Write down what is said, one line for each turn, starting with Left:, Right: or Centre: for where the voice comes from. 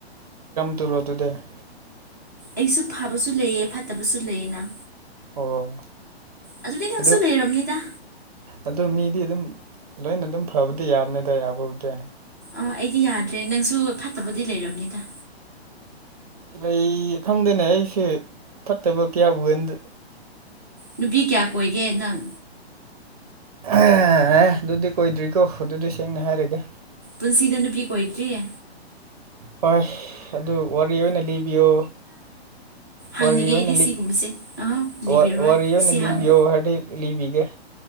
Right: ꯇꯨꯔꯗꯨꯨꯗꯦ <unintelligible>
Left: ꯑꯩꯁꯨ ꯐꯥꯕꯁꯨ ꯂꯩꯌꯦ ꯐꯠꯇꯕꯁꯨ ꯂꯩꯌꯦꯅ
Right: ꯑꯣ
Left: ꯑꯗꯨꯗꯤ ꯅꯪꯁꯨ
Right: ꯑꯗꯨ
Left: ꯂꯩꯔꯝꯅꯤꯗ
Right: ꯑꯗꯨ ꯃꯤꯗꯤ ꯑꯗꯨꯝ ꯂꯣꯏꯅ ꯑꯗꯨꯝ ꯐꯕꯗꯤ ꯌꯥꯕꯅꯤꯗ ꯌꯥꯕꯕꯨꯗꯤ
Left: ꯑꯥ ꯑꯩꯗꯤ ꯌꯥꯗ꯭ꯔꯦ ꯅꯪꯁꯨ ꯐꯠꯇꯕꯗꯤ ꯂꯩꯔꯝꯅꯤꯗ
Right: ꯂꯩ ꯈꯪꯗꯅꯦ ꯑꯩꯁꯦ ꯐꯠꯇꯕ ꯀꯌꯥ ꯎꯒꯗ
Left: ꯅꯨꯄꯤ ꯀꯌꯥ ꯀꯣꯏꯒꯦ ꯅꯪ
Right: ꯑꯦ ꯑꯗꯨꯗꯤ ꯀꯣꯏꯗ꯭ꯔꯤꯀꯣ ꯑꯗꯨꯗꯤ ꯁꯦꯡꯅ ꯍꯥꯏꯔꯒꯦ
Left: ꯄꯨꯟꯁꯤꯗ ꯅꯨꯄꯤ ꯀꯣꯏꯗ꯭ꯔꯤꯌꯦ
Right: ꯍꯣꯏ ꯑꯗꯨ ꯋꯥꯔꯤ ꯑꯣꯏꯅ ꯂꯤꯕꯤꯌꯣ
Left: ꯍꯥꯡꯅꯤꯡꯉꯦ
Right: ꯋꯥꯔꯤ ꯑꯣꯏꯅ
Left: ꯑꯩꯗꯤ
Right: ꯂꯤ
Left: ꯁꯤꯒꯨꯝꯕꯁꯦ ꯑꯍ ꯂꯤꯕꯤꯔꯣꯏ
Right: ꯋꯥ- ꯋꯥꯔꯤ ꯑꯣꯏꯅ
Left: ꯁꯤ
Right: ꯂꯤꯕꯤꯌꯣ
Left: ꯍꯥꯡ
Right: ꯍꯥꯏꯔꯗꯤ ꯂꯤꯕꯤꯒꯦ